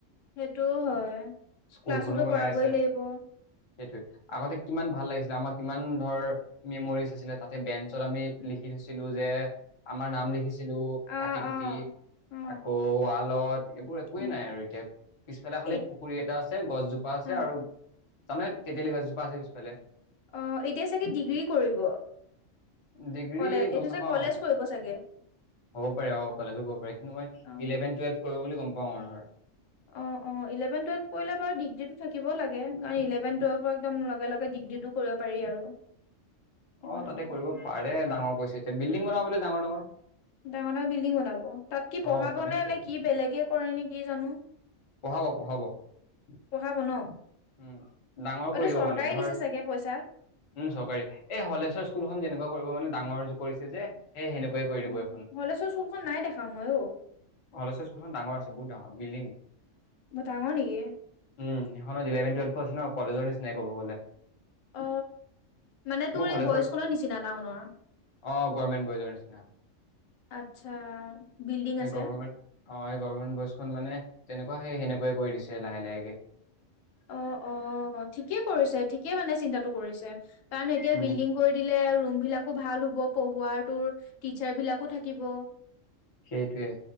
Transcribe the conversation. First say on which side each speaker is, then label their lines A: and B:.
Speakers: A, on the left (about 80°); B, on the left (about 45°).
A: সেইটোও হয়
B: স্কুলখনো
A: ক্লাছো
B: বনাই
A: কৰাবই
B: আছে
A: লাগিব।
B: সেইটোৱে আগতে কিমান ভাল লাগিছিলে আমাৰ কিমান ধৰ। মেমৰিজ আছিলে তাতে বেঞ্চত আমি লিখি থৈছিলো যে। আমাৰ নাম লিখিছিলো,
A: অ
B: কাটি কুটি
A: অ অ
B: আকৌ ৱালত। এইবোৰ একোৱেই
A: উম
B: নাই আৰু এতিয়া, পিছফালে খালে
A: এ
B: পুখুৰী এটা আছে গছজোপা আছে
A: অ
B: আৰু। তান তেতেলি গছজোপা আাবিছ পেললে।
A: অ এতিয়া চাগে ডিগ্ৰী কৰিব।
B: ডিগ্ৰী
A: কলেজ
B: গম
A: এইটো
B: নাপাওঁ
A: যে কলেজ কৰিব চাগে।
B: হ'ব পাৰে অ কলেজো ক পাৰে কিন্তু, মই
A: অ
B: ইলেভেন টুৱেল্ভ কৰিব বুলি গম পাওঁ আৰু ধৰ।
A: অ অ ইলেভেন টুৱেলভ কৰিলে বাৰু ডিগ্ৰী টো থাকও লাগে কাৰণ ইলেভেন টুৱেল্ভৰ একমিগ্ৰীটো কৰিব। পাৰি আৰু। সেইখন
B: অ তাতে
A: স্কুলতে
B: কৰিব পাৰে ডাঙৰ কৈছে এতিয়া বিল্ডিং বনাব ব ডাঙৰ ডাঙৰ।
A: ডাঙৰ ডাঙৰ বিল্ডিং বনাব, তাত কি
B: অ
A: পঢ়াব
B: শুনিছোৱে
A: নে নে কি বেলেগে কৰে নে কি জানো।
B: পঢ়াব পঢ়াব।
A: পঢ়াব ন।
B: উম ডাঙৰ
A: এইটো
B: কৰি দিব
A: চৰকাৰে
B: মানে ধৰ।
A: দিছে চাগে পইচা
B: উম চৰকাৰী, এই হলেশ্বৰ স্কুলখন যেনেকুৱা কৰিব মানে ডাঙৰ য কৰিছিল যে। সেই সেনেকুৱাই কৰি দিব
A: উম।
B: এইখন
A: হলেচৰ স্কুলখন নাই দেখাও মই অ
B: অলেচ স্কুল খন ডাঙৰ আছে বহুত ডাঙৰ বিল্ডিং।
A: ডাঙৰ নেকি?
B: উম সেইখনত ইলেভেন টুৱেল্ভৰ আছে ন কলেজৰ নিচিনাই ক ব গ'লে।
A: অ মানে তোৰ
B: মোৰ কলেজত
A: এই বয়স্কনৰ নিচিনা টাউনৰ
B: অ গৰ্মেন্ট ব নিছিনা।
A: আচ্ছা বিল্ডিং আছে
B: এই গৰ্মেণ্ট অ খন মানে তেনেকুৱা সে সেনেকুৱে কৰি দিছে লাহে লাহেকে।
A: অ অ ঠিকেই কৰিছে ঠিকে মানে চিন্তাটো কৰিছে কাৰণ এতিয়া
B: উম
A: বিলডিং কৰি দিলে আৰু ৰুম বিলাকো ভাল হ'ব পঢ়োৱাৰ তৰ টিচাৰ বিলাকো থাকিব
B: সেইটোৱে